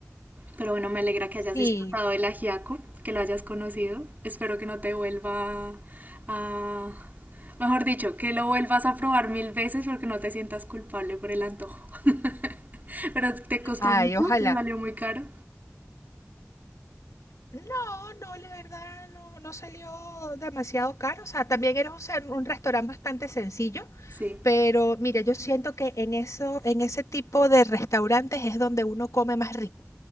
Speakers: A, on the right; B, on the left.
A: pero bueno, me alegra que hayas
B: Sí,
A: disfrutado del ajiaco, que lo hayas conocido. Espero que no te vuelva a... Mejor dicho, que lo vuelvas a probar mil veces porque no te sientas culpable por el antojo. <laughs> Pero te costó
B: ay,
A: mucho,
B: ojalá.
A: te salió muy caro.
B: No, no, la verdad no, no salió demasiado caro. O sea, también era un, ser- un restaurante bastante sencillo,
A: Sí,
B: pero mira, yo siento que en eso, en ese tipo de restaurantes es donde uno come más rico.